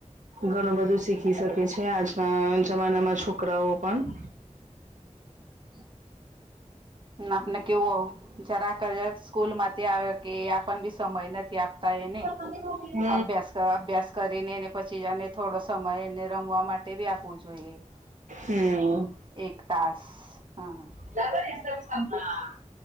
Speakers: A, on the right; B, on the right.
A: ઘણું બધું શીખી શકે છે આજના જમાનામાં છોકરાઓ પણ.
B: <inaudible> નાપને કેવુંઆવું જરાક જ સ્કૂલ માંથી આવે કે આપણ બી સમય નથી આપતા એ ને.
A: <inaudible>
B: અભ્યાસ ક અભ્યાસ કરીને એને પછી અને ને થોડો સમય એને રમવા માટે આપવું જોઈએ.
A: હમ
B: એક તાસ, હમ્મ.
A: <unintelligible>